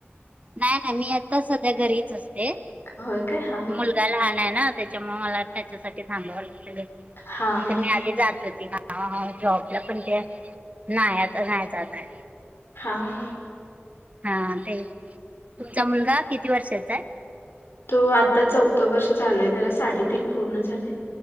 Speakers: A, on the right (about 35°); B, on the left (about 60°).
A: नाही नाही मी आता सध्या घरीच असते
B: होय काय हा हा.
A: मुलगा लहान आहे ना त्याच्यामुळे मला त्याच्यासाठी थांबावं लागत
B: हा
A: घरी
B: हा
A: मी आधी जात होती कामाला हा जॉबला पण ते नाही आता नाही जातय
B: हा हा
A: हा ते तुमचा मुलगा किती वर्षाचा आहे?
B: तो आता चौथं वर्ष चालू आहे त्याला साडेतीन पूर्ण झाले.